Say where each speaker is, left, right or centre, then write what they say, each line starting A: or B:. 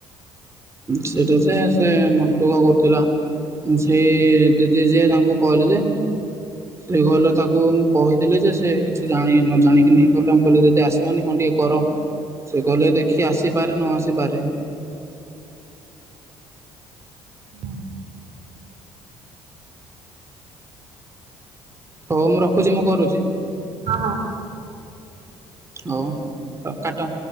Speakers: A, on the right (about 25°); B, on the right (about 60°).
A: ସେଇଟା ସେ ସେ ମନ ଦୁଃଖ କରୁଥିଲା। ସେ ଦିଦି ଯିଏ ତାଙ୍କୁ କହିଲେ ଯେ ସେ କହିକ ତାକୁ ମୁଁ କହିଥିଲି ଯେ ସେ କିଛି ଜାଣି ନ ଜାଣିକି କହିଲା ମ କହିଲି ଦିଦି ଆସିବନି ଟିକେ କର ସେ କହଲେ ଦେଖି ଆସିପାରେ ନ ଆସିପାରେ।
B: ହଁ।
A: ହଉ ମୁଁ ରଖୁଛି ମୁଁ କରୁଛି।
B: ହଁ ହଁ।
A: ହଉ କାଟ